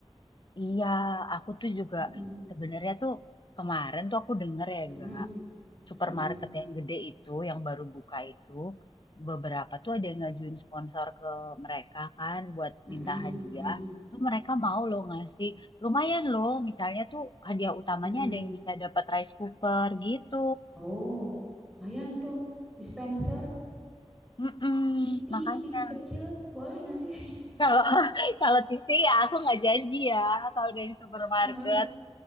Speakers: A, on the left; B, in the centre.
A: Iya, aku tuh juga
B: Mm-mm,
A: sebenarnya tuh kemarin tuh aku denger ya,
B: mm-mm,
A: Ga. supermarket
B: mm-mm,
A: yang gede itu, yang baru buka itu, beberapa tuh ada yang ngajuin sponsor ke mereka kan buat
B: mm-mm,
A: minta hadiah.
B: mm-mm,
A: Tuh mereka mau loh ngasih. Lumayan loh, misalnya tuh hadiah utamanya
B: mm-mm.
A: ada yang bisa dapat rice cooker gitu.
B: Oh, lumayan tuh. Dispenser,
A: Mm-mm,
B: TV,
A: makanya
B: TV kecil, boleh nggak sih?
A: kalau <laughs> kalau TV ya aku nggak janji ya kalau dari supermarket.
B: <laughs> Heeh.